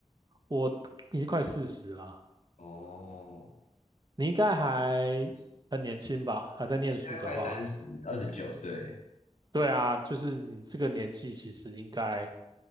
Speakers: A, on the right (about 35°); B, on the left (about 70°).
A: 我已经快四十啦，
B: 哦，
A: 你应该还很年轻吧？
B: 现
A: 还在念书的话，
B: 在快三十，二十九岁。
A: 对啊，就是你这个年纪，其实应该